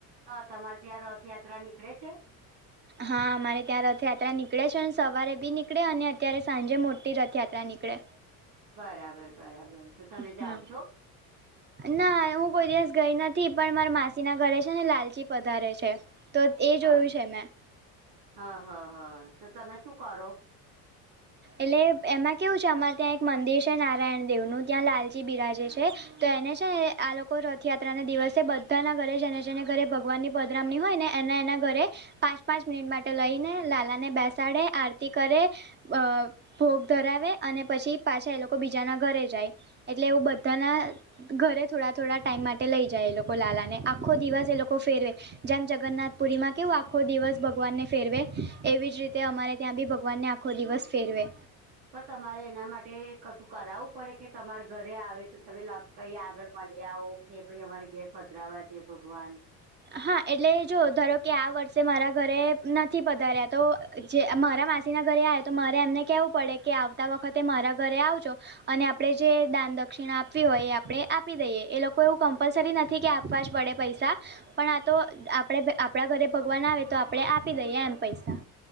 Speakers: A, on the right (about 85°); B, on the right (about 25°).
A: અ તમાર ત્યાં રથયાત્રા નીકળે છે?
B: હા અમારે ત્યાં રથયાત્રા નીકળે છેન સવારે બી નીકળે અને અત્યારે સાંજે મોટી રથયાત્રા નીકળે
A: બરાબર બરાબર. તો તમે
B: હા.
A: જાઓ <inaudible>
B: ના એ હું કોઈ દિવસ ગઈ નથી પણ મારા માસી ના ઘરે છે ને લાલચી પધારે છે. તો એ
A: હા
B: જોયું છે મેં
A: હા હા હા તો તમે શું કરો?
B: એટલે એમાં કેવું છે અમાર ત્યાં એક મંદિર છે નારાયણ દેવનું ત્યાં લાલજી બિરાજે છે. તો એને છે આ લોકો રથયાત્રાને દિવસે બધાના ઘરે જને જઈને ઘરે ભગવાનની પધરામણી હોય ને એના એના ઘરે પાંચ પાંચ મિનિટ માટે લઈને લાલા ને બેસાડે આરતી કરે અ ભોગ ધરાવે અને પછી પાછા એ લોકો બીજાના ઘરે જાય એટલે એવું બધાના ઘરે થોડા થોડા ટાઈમ માટે લઈ જાય એ લોકો લાલાને આખો દિવસ એ લોકો ફેરવે જેમ જગન્નાથ પુરી માં કેવું આખો દિવસ ભગવાનને ફેરવે એવી જ રીતે અમારે બી ભગવાનને આ ખો દિવસ ફેરવે
A: પણ તમારે એના માટે કશું કરાવું પડે કે તમારે ઘરે આવે તો તમે લગ કઈ આગળ મલી આવો કે ભઈ અમાર ઘેર પધરાવા છે ભગવાન
B: હા એટલે જો ધારોકે આ વર્ષે મારા ઘરે નથી પધાર્યા તો જે મારા માસીના ઘરે આયા તો મારે એમને કહેવું પડે કે આવતા વખતે મારા ઘરે આવજો અને આપડે જે દાન દક્ષિણા આપવી હોય એ આપણે આપી દઈએ એ લોકો એવું કમ્પલસરી નથી કે આપવા જ પડે પૈ પૈસા પણ આ તો આપણે આપડા ઘરે ભગવાન આવે તો આપડણે આપી દઈએ એમ પૈસા.